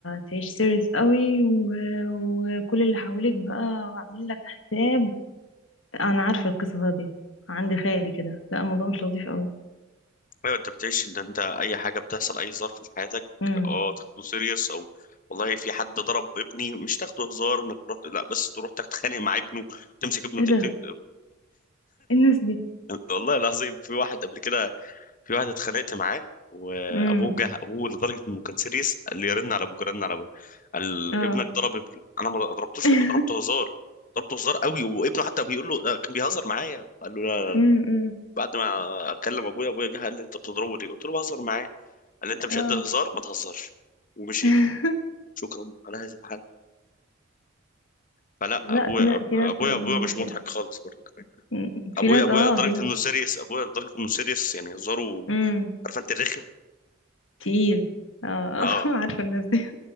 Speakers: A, on the left; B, on the left.
A: تعيش سيريس قوي و... وكل اللي حواليك بقى عاملين لك حساب انا عارفه القصه دي عندي خالي كده لا الموضوع مش لطيف قوي
B: انت بتعيش ان انت اي حاجه بتحصل اي ظرف في حياتك
A: امم
B: اه تاخده سيريس او والله في حد ضرب ابني مش تاخده هزار انك تروح لا بس تروح تتخانق مع ابنه تمسك ابنه
A: ايه
B: تقتل
A: ده إيه الناس دي
B: <laughs> والله العظيم في واحد قبل كده في واحد اتخانقت معاه وابوه
A: امم
B: جه ابوه لدرجه انه كان سيريس قال لي رن على ابوك رن على ابوك قال
A: اه
B: ابنك ضرب ابني انا ما ضربتوش
A: <laughs>
B: ضربته هزار ضربته هزار قوي وابنه حتى بيقول له آه، كان بيهزر معايا قال له لا لا لا.
A: امم أمم.
B: بعد ما اكلم ابويا ابويا جه قال لي انت بتضربه ليه قلت له بهزر معاه قال لي انت مش
A: اه
B: قد الهزار ما تهزرش ومشيت
A: <laughs>
B: شكرا على هذا الحل فلا
A: لا
B: ابويا
A: في ناس في
B: ابويا
A: ناس أم،
B: ابويا مش
A: في,
B: مضحك خالص برضه كمان
A: أم، في
B: ابويا
A: ناس
B: ابويا
A: اه
B: لدرجه
A: في ناس
B: انه سيريس ابويا لدرجه انه سيريس يعني هزاره
A: امم
B: عارف انت الرخم
A: تقيل اه
B: اه
A: <laughs> عارفه الناس دي